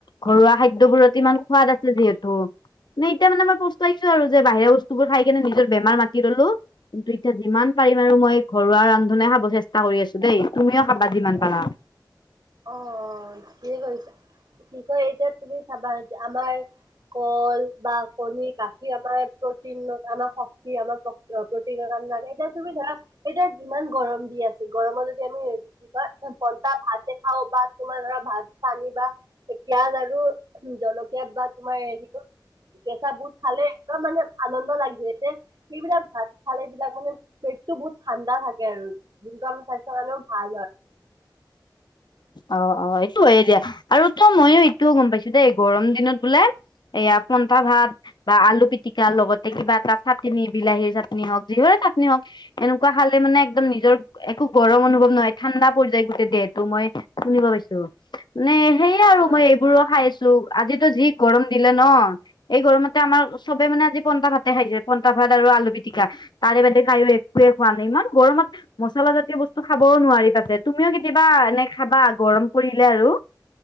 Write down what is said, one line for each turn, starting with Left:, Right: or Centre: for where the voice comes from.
Left: ঘৰুৱা খাদ্যবোৰত ইমান সোৱাদ আছে যিহেতু মানে এতিয়া মানে মই পস্তাইছো আৰু যে বাহিৰা বস্তুবোৰ খাই কেনে নিজৰ বেমাৰ মাতি ললো। কিন্তু এতিয়া যিমান পাৰিম আৰু মই ঘৰুৱা ৰান্ধনে খাব চেষ্টা কৰি আছো দেই তুমিও খাবা যিমান পাৰা
Right: অ কি কৰিছা কি কয় এতিয়া তুমি চাবা এতিয়া আমাৰ কল বা কনি গা যি আমাৰ প্ৰটিন আমাৰ শক্তি আমাৰ প্ৰটিনৰ কাৰনে এতিয়া তুমি ধৰা এতিয়া যিমান গৰম দি আছে গৰমত যদি আমি কি কয় পনতা ভাত খাও বা তোমাৰ ধৰা ভাত পানী বা পিয়াজ আৰু জলকীয়া বা তোমাৰ কি কয় কেঁচা বুট খালে একদম মানে আনন্দ লাগিব এতে সেইবিলাক ভাত খালে বিলাক মানে পেটতো বহুত ঠাণ্ডা থাকে আৰু যোনটো আমাৰ স্বাস্থ্য কাৰণেও ভাল হয়
Left: অ অ এইটো হয়ে দিয়া আৰু তো মইয়ো এইটোও গম পাইছো দেই গৰম দিনত বোলে এইয়া পনটা ভাত বা আলু পিটিকা লগতে কিবা এটা চাটনি বিলাহীৰ চাটনি হওক যিহৰে চাটনি হওক এনেকোৱা খালে মানে একদম নিজৰ একো গৰম অনুভৱ নহয় ঠাণ্ডা পৰি যায় গোটেই দেহত তো মই শুনিব পাইছো মানে সেয়ে আৰু
Right: হয়
Left: মই এইবোৰ খাইছো লো আজিতো যি গৰম দিলে ন এই গৰমতে আমাৰ চবে মানে আজি পনটা ভাতে খাইছে পনটা ভাত আৰু আলু পিটিকা তাৰে বাদে কায়ো একোৱে খোৱা নাই ইমান গৰমত মছলা জাতীয় বস্তু খাবও নোৱাৰি পাছে তুমিও কেতিয়া বা এনে খাবা গৰম পৰিলে আৰু